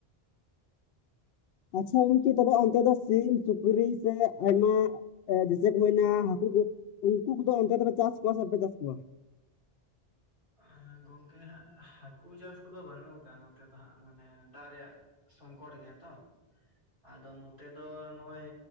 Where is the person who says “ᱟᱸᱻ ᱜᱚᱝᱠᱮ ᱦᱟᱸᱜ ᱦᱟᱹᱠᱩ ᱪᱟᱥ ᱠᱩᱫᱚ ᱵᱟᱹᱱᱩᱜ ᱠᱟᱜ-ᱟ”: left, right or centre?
Right